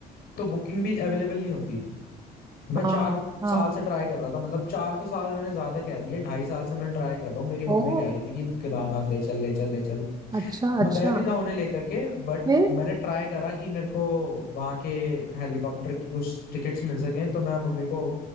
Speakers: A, on the left; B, on the right.
A: तो बुकिंग भी अवेलेबल नहीं होती मैं
B: हाँ
A: चार
B: हाँ
A: साल से ट्राई कर रहा था मतलब चार तो साल मैंने ज्यादा कह दिए ढाई साल से मैं ट्राई कर रहा हूँ मेरी मम्मी
B: ओ
A: कह रही थी कि केदारनाथ ले चल ले चल ले चल
B: अच्छा अच्छा
A: मैं गया भी था उन्हें लेकर के बट
B: फिर
A: मैंने ट्राई करा कि मेरे को वहां के हेलीकॉप्टर की कुछ टिकट्स मिल सके तो मैं मम्मी को